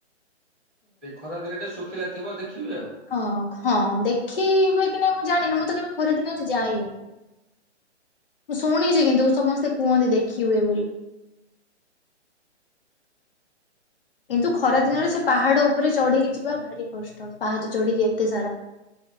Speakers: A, in the centre; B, on the left (about 50°).
A: ଖରା ଦିନ ଟେ ଶୁଖିଲା ଥିବ ଦେଖିବେ ଆଉ।
B: ହଁ ହଁ ଦେଖି ହୁଏ। କି ନାଇଁ ମୁଁ ଜାଣିନି ମୁଁ ତ କେବେ ଖରା ଦିନରେ ଯାଇନି। ମୁଁ ଶୁଣିଛି କିନ୍ତୁ ସମସ୍ତେ କୁହନ୍ତି ଦେଖି ହୁଏ ବୋଲି କିନ୍ତୁ ଖରା ଦିନରେ ସେ ପାହାଡ ଉପରେ ଚଢିକି ଯିବା ଭାରି କଷ୍ଟ ପାହାଚ ଚଢିକି ଏତେ ସାରା।